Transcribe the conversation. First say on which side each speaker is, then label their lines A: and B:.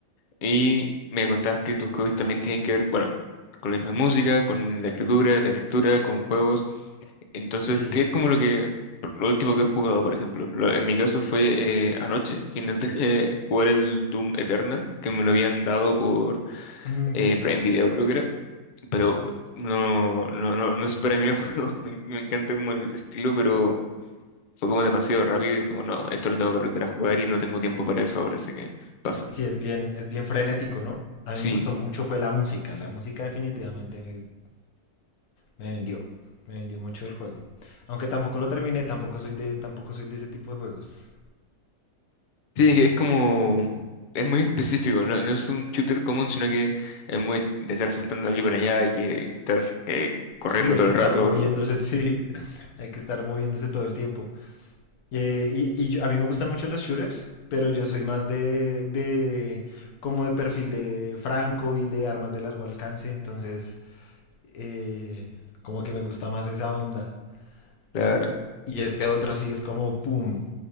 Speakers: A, on the left (about 65°); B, on the left (about 85°).
A: Y me contabas que tus hobbies también tienen que ver, bueno, con la misma música, con la escritura, la lectura, con juegos. Entonces,
B: Sí,
A: ¿qué es como lo que, lo último que has jugado, por ejemplo? Lo- en mi caso fue eh, anoche, que intenté <laughs> eh, jugar el Doom Eternal, que me lo habían dado por
B: Mm,
A: eh,
B: sí,
A: Prime Video, creo que era. Pero no, no, no, no es para mí el juego. <laughs> Me, me encanta como el estilo, pero fue como demasiado rápido y fue como, no, esto lo tengo que aprender a jugar y no tengo tiempo para eso ahora, así que paso.
B: sí es bien, es bien frenético, ¿no? A
A: Sí,
B: mí me gustó mucho fue la música, la música definitivamente me, me vendió, me vendió mucho el juego. Aunque tampoco lo terminé, tampoco soy de, tampoco soy de ese tipo de juegos.
A: sí, es que es como... Es muy específico, no, no es un shooter común, sino que es muy de estar saltando de aquí para allá y que estar eh, corriendo
B: Sí, hay
A: todo
B: que
A: el
B: estar
A: rato.
B: moviéndose, <laughs> sí, hay que estar moviéndose todo el tiempo. Eh, y y yo- a mí me gustan mucho los shooters, pero yo soy más de, de como de perfil de franco y de armas de largo alcance, entonces eh, como que me gusta más esa onda,
A: Claro.
B: ¿no? Y este otro sí es como, pum,